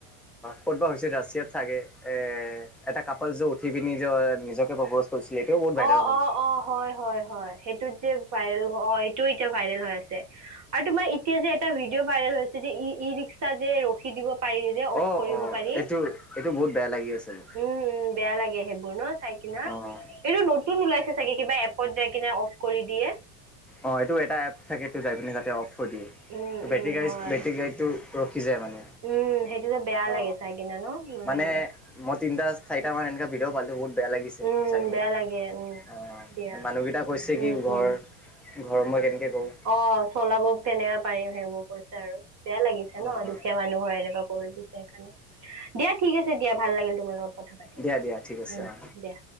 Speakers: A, in the centre; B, on the right (about 35°).
A: কত বা হৈছে ৰাছিয়াত চাগে এ। এটা কাপাল যো উঠি পিনি যে নিজকে প্ৰপজ। কৰিছিলে এইটোও বহুত ভাইৰেল
B: অঁ
A: হ'ল।
B: অঁ অঁ হয় হয় হয় সেইটোত যে ভাই অ সেইটো। ভাইৰেল হৈ আছে আৰু তোমাৰ এতিয়া যে এটা ভিডিঅ' ভাইৰেল হৈছে যে ই ই ৰিক্সা যে ৰখি দিব। পাৰি যে অফ
A: অ',
B: কৰিব
A: অ',
B: পাৰি
A: এইটো এইটো বহুত বেয়া লাগি আছে মোৰ।
B: উম উম বেয়া লাগে সেইবোৰ ন চাই। কিনা
A: অ',
B: এইটো নতুন ওলাইছে চাগে কিবা এপত যাই কিনে অফ কৰি দিয়ে।
A: অঁ এইটো এটা এপ থাকে এইটো যাই পি তাতে অফ কৰি দিয়
B: উম উম
A: বেটৰী গা
B: হয়
A: বেটৰী গডীতটো। কি যায় মানে
B: উম সেইটোতো বেয়া
A: অ
B: লাগে চাই কিনে ন উম
A: মানে মই তিনিটা। চাৰিটামান এনেকা ভিদিঅ পালো। বেয়া লাগিছে
B: উম
A: চাই পিনি
B: বেয়া লাগে উম
A: অ
B: দিয়া
A: মানুহকেইটা কৈছে
B: উম
A: কি ঘৰ।
B: উম
A: ঘৰ মই কেনেকে। কওঁ।
B: অ চলাব তেনেকে পাৰিম সেইবোৰ কৈছে আৰু বেয়া লাগিছে ন
A: অ'।
B: দুখীয়া মানুহৰ এনেকুৱা। কৰি দিছে সেইকাৰণে দিয়া ঠিক আছে দিয়া ভাল লাগিল তোমাৰ লগত। কথা পাতি
A: দিয়া দিয়া ঠিক আছে
B: উম
A: অ।
B: দিয়া